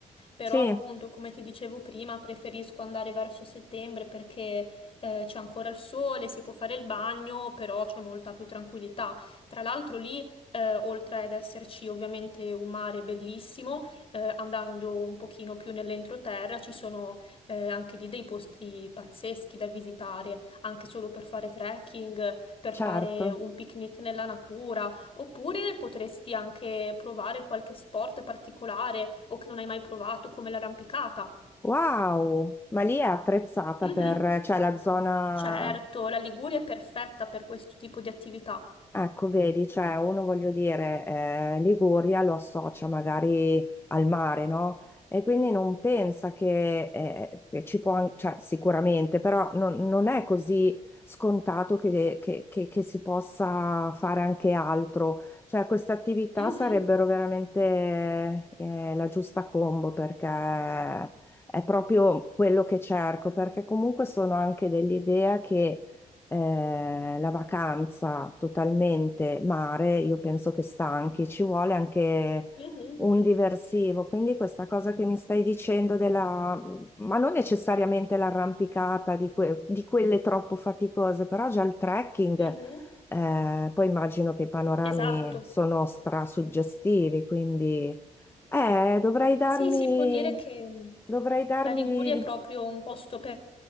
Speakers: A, on the left; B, on the left.
A: però
B: sì,
A: appunto, come ti dicevo prima, preferisco andare verso settembre perché eh, c'è ancora il sole, si può fare il bagno, però c'è molta più tranquillità. Tra l'altro lì, eh, oltre ad esserci ovviamente un mare bellissimo, eh, andando un pochino più nell'entroterra, ci sono eh, anche lì dei posti pazzeschi da visitare, anche solo per fare trekking, per
B: certo.
A: fare un picnic nella natura Oppure potresti anche provare qualche sport particolare o che non hai mai provato, come l'arrampicata.
B: Wow, ma lì è apprezzata
A: Mhm.
B: per, cioè la zona,
A: Certo, la Liguria è perfetta per questo tipo di attività.
B: Ecco, vedi, cioè uno voglio dire, eh, Liguria lo associa magari al mare, no? E quindi non pensa che, eh, che ci può, an- cioè sicuramente, però non, non è così scontato che, che- che- che si possa fare anche altro. Cioè queste attività
A: Mhm,
B: sarebbero veramente, eh, la giusta combo perché è proprio quello che cerco, perché comunque sono anche dell'idea che eh, la vacanza totalmente mare, io penso che stanchi, ci vuole anche
A: mhm,
B: un diversivo. Quindi questa cosa che mi stai dicendo della, ma non necessariamente l'arrampicata di, que- di quelle troppo faticose, però già il trekking,
A: mhm.
B: eh, poi immagino che i panorami
A: Esatto.
B: sono strasuggestivi, quindi eh, dovrei darmi,
A: Sì, si può dire che
B: dovrei darmi
A: la Liguria è proprio un posto per-